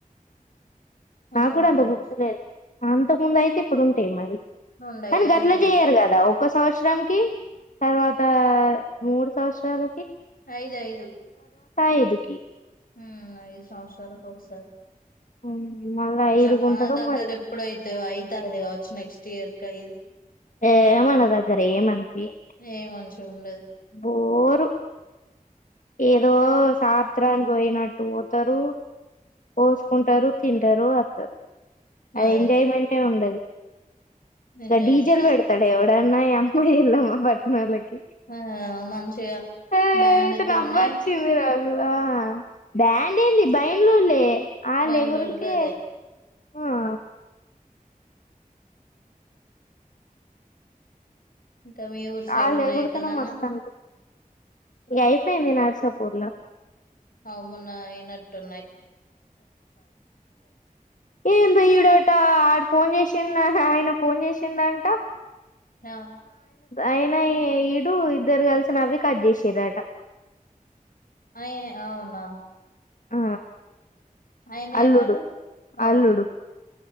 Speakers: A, on the left; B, on the left.
A: అంతకు
B: నాక్కూడా
A: ముందు
B: అంత గుర్తులేదు అంత ముందు అయితే ఇప్పుడుంటయి మరి.
A: నుండయి
B: కానీ
A: ఐదుకేమో
B: గట్ల జెయ్యరు గదా ఒక్క సంవత్సరం కి తర్వాత మూడు సంవత్సరాల
A: అయిదయిదు
B: అయిదుకి
A: హ్మ్ ఐదు సంవత్సరాలకు ఒకసారి
B: ఉమ్, మళ్ళా
A: ఇంగ
B: ఐదుకు
A: మా
B: ఉంటదో
A: దగ్గర
B: మరి
A: ఎప్పుడైతయో అయితాది కావొచ్చు నెక్స్ కియర్ కి అయిదు
B: ఏ మన దగ్గర ఏమనిపియద్
A: ఏ మంచిగా ఉండదు
B: బోరు ఏదో సాత్రానికి పోయినట్టు పోతరు పో ఉంటరు, తింటరు, వత్తరు ఆ
A: అదే
B: ఎంజాయ్మెంటే ఉండది
A: ఎంజాయ్
B: గా డీజే
A: ఉండదు
B: లు పెడుతడ ఎవడన్నా యమ్మ ఎల్లమ్మ పం మెర్లకి
A: ఆ మంచిగా
B: ఏయ్
A: బ్యాండ్ తోనే
B: నవ్వొచ్చింది నాకు ఆఁ బ్యాండ్ ఏంది బయింన్లోలే ఆలెగురుడికీ
A: బైన్లోళ్ళు గదే
B: ఆఁ
A: ఇంకా మీ ఊరు సైడ్
B: ఆలెగురెతెనే
A: ఉన్నాయ ఎక్కనన్నా
B: మస్త్ అనిపిత్తది, ఇగ అ అయిపోయింది నర్సాపూర్లో
A: అవు మొన్న అయినట్టు ఉన్నయి
B: ఏందో ఈడ ఇట్టా ఆడు ఫోన్ చేసిం ఆ ఆయన ఫోన్ చే శిండంట
A: ఆ
B: అయినా ఈడు ఇద్దరు కలిసినవి కట్ చేసిరటా
A: అయే అవునా
B: ఆ
A: ఆయన
B: అల్లుడు
A: ఎవరు అవును
B: అల్లుడు